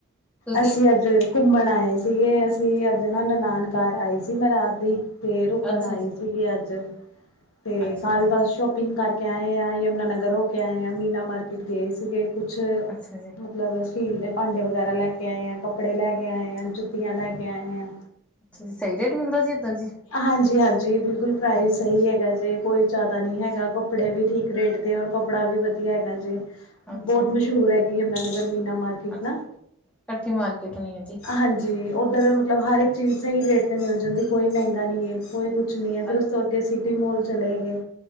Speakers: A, in the centre; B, on the left.
A: ਤੁਸੀਂ?
B: ਅਸੀਂ ਅੱਜ ਘੁੰਮਣ ਆਏ ਸੀਗੇ, ਅਸੀਂ ਅੱਜ ਨਾ ਨਨਾਣ ਘਰ ਆਈ ਸੀ, ਮੈਂ ਰਾਤ ਦੀ। ਤੇ ਰੁਕਣ
A: ਅੱਛਾ
B: ਆਈ
A: ਜੀ,
B: ਸੀਗੀ, ਅੱਜ ਤੇ
A: ਅੱਛਾ
B: ਕੱਲ
A: ਜੀ,
B: ਬਸ ਪਿੰਨ ਕਰਕੇ ਆਏ ਆ, ਯਮੁਨਾ ਨਗਰ ਹੋ ਕੇ ਆਏ ਆ, ਮੀਨਾ ਮਾਰਕੀਟ ਗਏ ਸੀਗੇ। ਕੁਜ
A: ਅੱਛਾ ਜੀ।
B: ਮਤਲਬ ਸਟੀਲ ਦੇ ਭਾਂਡੇ ਵਗੈਰਾ ਲੈ ਕੇ ਆਏ ਆ, ਕੱਪੜੇ ਲੈ ਕੇ ਆਏ ਆ, ਜੁੱਤੀਆਂ ਲੈ ਕੇ ਆਏ ਆ।
A: ਸਹੀ ਰੇਟ ਮਿਲਦਾ ਜੀ। ਇੱਧਰ ਜੀ?
B: ਹਾਂਜੀ-ਹਾਂਜੀ, ਬਿਲਕੁਲ ਪ੍ਰਾਈਜ਼
A: ਅੱਛਾ
B: ਸਹੀ
A: ਜੀ,
B: ਹੈਗਾ, ਜੇ ਕੋਈ ਜ਼ਿਆਦਾ ਨਹੀਂ ਹੈਗਾ, ਕੱਪੜੇ ਵੀ ਠੀਕ ਰੇਟ ਤੇ, ਔਰ ਕੱਪੜਾ ਵੀ ਵਧੀਆ ਹੈਗਾ ਜੇ, ਬਹੁਤ
A: ਅੱਛਾ ਜੀ,
B: ਮਸ਼ਹੂਰ ਹੈਗਾ। ਯਮੁਨਾ ਨਗਰ ਮੀਨਾ ਮਾਰਕੀਟ
A: ਅੱਛਾ।
B: ਨਾ,
A: ਇਕੱਠੀ ਮਾਰਕੀਟ ਹੋਣੀ ਹੈ ਜੀ।
B: ਹਾਂਜੀ। ਜੀ, ਉੱਧਰ ਮਤਲਬ ਹਰ ਇੱਕ ਚੀਜ਼ ਸਹੀ ਰੇਟ 'ਤੇ ਮਿਲ ਜਾਂਦੀ, ਕੋਈ ਮਹਿੰਗਾ ਨੀ ਏ। ਕੋਈ ਕੁਛ ਨੀ ਐ, ਫਿਰ
A: ਅੱਛਾ
B: ਉਸ ਤੋ
A: ਜੀ,
B: ਅੱਗੇ ਸਿਟੀ ਮੋਲ ਚਲੇਗੇ,